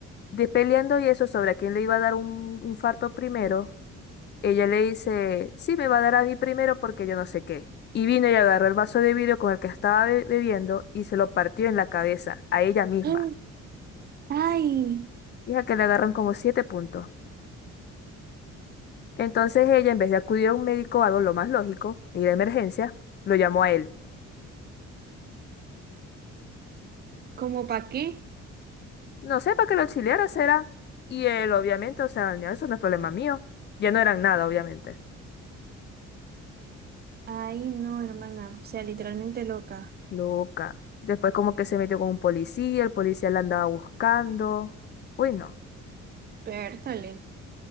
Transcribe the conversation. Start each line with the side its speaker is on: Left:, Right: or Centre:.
Left: de peleando y eso sobre a quién le iba a dar un infarto primero. Ella le dice, sí, me va a dar a mí primero porque yo no sé qué. Y vino y agarró el vaso de vidrio con el que estaba be- bebiendo y se lo partió en la cabeza, a ella misma.
Right: <gasps> ¡Ah! Ay,
Left: Hija que le agarran como siete puntos. Entonces ella, en vez de acudir a un médico o algo lo más lógico, ir de emergencia, lo llamó a él.
Right: ¿cómo para qué?
Left: No sé, para que lo auxiliara será. Y él, obviamente, o sea, "No, eso no es problema mío. Ya no eran nada, obviamente.
Right: Ay, no, hermana. O sea, literalmente loca.
Left: Loca. Después como que se metió con un policía, el policía la andaba buscando. Uy, no.
Right: Pértale.